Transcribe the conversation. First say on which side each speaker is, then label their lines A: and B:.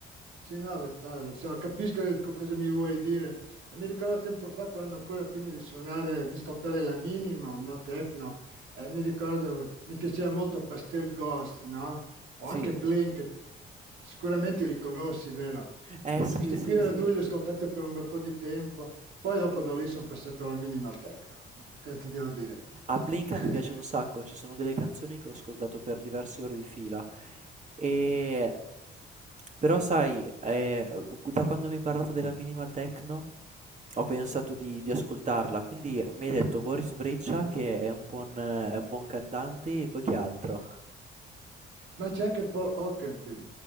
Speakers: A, on the right (about 80°); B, on the right (about 35°).
A: Sì, no, le fa- lo so, capisco che co- cosa mi vuoi dire. E mi ricordo tempo fa, quando ancora prima di suonare, di scottare la minimal, no, techno, eh, mi ricordo, mi piaceva molto Pastel Ghost, no? O
B: Sì.
A: anche Plane, che sicuramente li conosci, vero?
B: Eh
A: E
B: sì,
A: questi
B: sì,
A: qui erano
B: sì.
A: due, li ho ascoltati per un bel po' di tempo, poi dopo da lì sono passato alla minimal techno, che ti devo dire.
B: A Plinka
A: <laughs>
B: mi piace un sacco, ci sono delle canzoni che ho ascoltato per diverse ore di fila. Ehm, però sai, ehm, uhm, da quando mi hai parlato della minimal techno, ho pensato di di ascoltarla, quindi mi hai detto Boris Brejcha che è un buon eh, è un buon cantante e poi chi altro?
A: Ma c'è anche Paul Oakenfield.